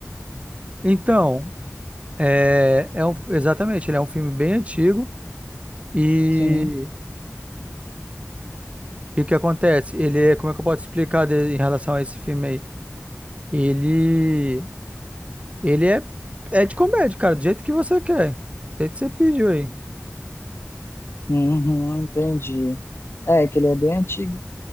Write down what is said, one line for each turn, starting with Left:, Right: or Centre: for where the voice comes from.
Right: Então, é, é um, exatamente, ele é um filme bem antigo e,
Left: Sim.
Right: e o que acontece? Ele é, como é que eu posso explicar de- em relação a esse filme aí? Ele, ele é, é de comédia, cara, do jeito que você quer. Do jeito que você pediu aí.
Left: Uhum, entendi. É, que ele é bem antigo,